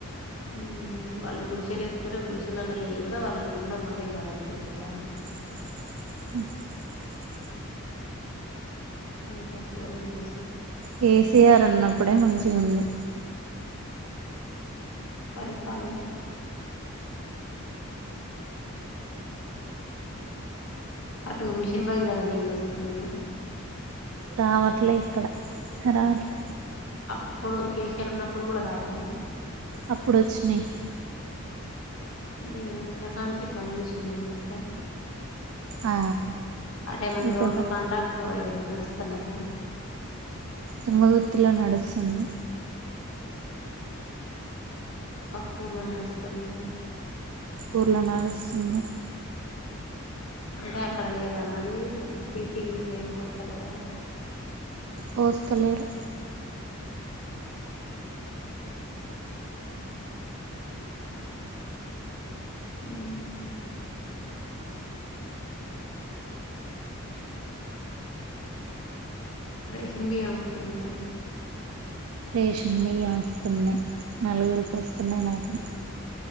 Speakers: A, on the left; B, on the right.
A: హుమ్ వాళ్ళు గుడిసెలు వేసుకుంటే గుడిసెలళకి వెళ్లి కూడా వాళ్ళనిు ఉండకుంటే ఇలా కొట్టేస్తాడు
B: <inaudible>
A: ఇంత ఘోరం చేసి
B: కేసీఆర్ ఉన్నప్పుడే మంచిగా ఉంది
A: పరిపాలన అటు మిషన్ బగ రాదా నీళ్ళు వస్తున్నాయా
B: రావట్లే ఇక్కడ రావట్లే
A: అప్పుడు కేసీఆర్ ఉన్నప్పుడు కూడ రాలేదా
B: అప్పుడొచ్చినయి
A: అంటే ఈయన వచ్చినా కాంచీ బంద్ చేసిండ అన్నట్ట
B: ఆ
A: అటేమన్నా
B: ఇతను
A: రోడ్లు కాంట్రాక్ట్లు పట్టి నడుస్తున్నాయ
B: తుంగతుర్తిలో నడుస్తుంది
A: పక్కుర్లో నడుస్తున్నాయా
B: ఊర్లో నడుస్తుంది
A: అంటే అక్కడ లేదా మరి సీసీలు ఇట్లా ఏమి పోస్తలేర
B: వోస్కలేరు
A: మ్మ్ రేషన్ బియ్యం వస్తున్నాయా
B: రేషన్ బియ్యం వస్తున్నయి నలుగురికి వస్తున్నయి మాకు